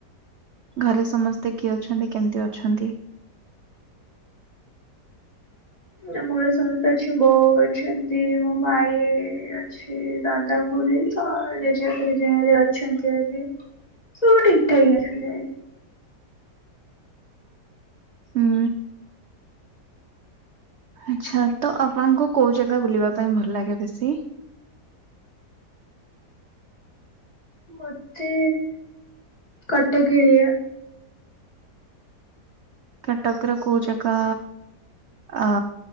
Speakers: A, on the right; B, on the left.
A: ଘରେ ସମସ୍ତେ କିଏ ଅଛନ୍ତି, କେମିତି ଅଛନ୍ତି?
B: ଆମ ଘରେ ସମସ୍ତେ ଅଛି ବୋଉ ଅଛନ୍ତି, ମୋ ଭାଇ ଅ ଅଛି ଦାଦା, ଖୁଡୀ ତ ଜେଜେବାପା, ଜେଜେମା ହରିକା ଅଛନ୍ତି ଭାରି। ସବୁ ଠିକ୍ ଠାକ୍ ଆସିଲେ।
A: ହୁଁ। ଆଛା ତ ଆପଣଙ୍କୁ କୋଉ ଜାଗା ବୁଲିବା ପାଇଁ ଭଲ ଲାଗେ ବେଶୀ?
B: ମତେ କଟକ ଏରିଆ।
A: କଟକ ର କୋଉ ଜାଗା ଆ